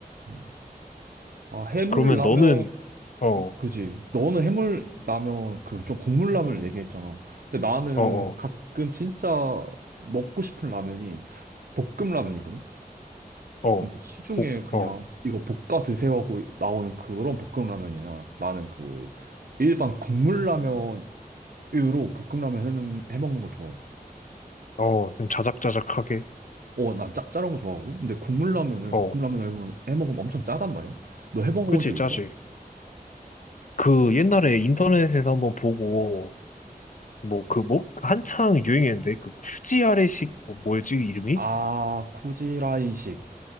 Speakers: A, on the right; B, on the left.
A: 음. 아, 해물
B: 그러면
A: 라면
B: 너는 어, 어,
A: 그지. 너는 해물 라면 그 좀 국물 라면을 얘기했잖아. 근데 나는
B: 어,
A: 가끔 진짜 먹고 싶은 라면이 볶음 라면이거든.
B: 어,
A: 근데 시중에
B: 복,
A: 그냥
B: 어,
A: 이거 볶아 드세요 하고 나오는 그런 볶음 라면이야. 나는 그 일반 국물 라면으로 볶음 라면 해먹는 걸 좋아해.
B: 어, 좀 자작자작하게.
A: 어, 난 짭짤한 거 좋아하거든? 근데 국물 라면을,
B: 어,
A: 볶음 라면을 해 먹으면 엄청 짜단 말이야? 너 해 먹어본
B: 그렇지,
A: 적
B: 짜지.
A: 있어?
B: 그 옛날에 인터넷에서 한번 보고 뭐 그 뭐 한창 유행했는데 그 쿠지 아래식 뭐 뭐였지 이름이?
A: 아, 쿠지라이식.